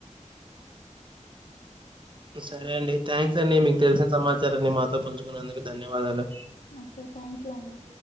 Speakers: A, on the right; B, on the left.
A: సరే అండి థ్యాంక్స్ అండి మీకు తెలిసిన సమాచారాన్ని మాతో పంచుకునేందుకు ధన్యవాదాలు
B: ఓకే థ్యాంక్ యూ అండి